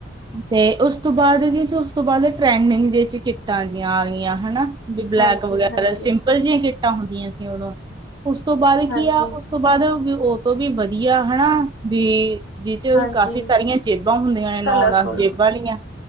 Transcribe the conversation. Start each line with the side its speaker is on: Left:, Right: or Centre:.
Right: ਤੇ ਉਸ ਤੋਂ ਬਾਅਦ ਕੀ ਉਸ ਤੋਂ ਬਾਅਦ ਟ੍ਰੈਂਡਿੰਗ ਦੇ ਵਿੱਚ ਕਿੱਟਾਂ ਦੀਆਂ ਆ ਗਈਆਂ ਹਨਾ। ਵੀ ਬਲੈਕ
Left: ਹਾਂਜੀ-ਹਾਂਜੀ,
Right: ਵਗੈਰਾ ਸਿੰਪਲ ਜਿਹੀਆਂ ਕਿੱਟਾਂ ਹੁੰਦੀਆਂ ਸੀ ਉਦੋਂ ਉਸ ਤੋਂ ਬਾਅਦ
Left: ਹਾਂਜੀ।
Right: ਕੀ ਆ ਉਸ ਤੋਂ ਬਾਅਦ ਵੀ ਉਹ ਤੋਂ ਵੀ ਵਧੀਆ ਹਨਾ ਵੀ। ਜਿਸ ਚ
Left: ਹਾਂਜੀ, ਹਾਂਜੀ, ਹਾਂਜੀ
Right: ਕਾਫੀ ਸਾਰੀਆਂ ਜੇਬਾਂ ਹੁੰਦੀਆਂ ਨੇ
Left: ਕਲਰਫੁਲ
Right: ਨੌ ਦਸ ਜੇਬਾਂ ਲਈਆਂ।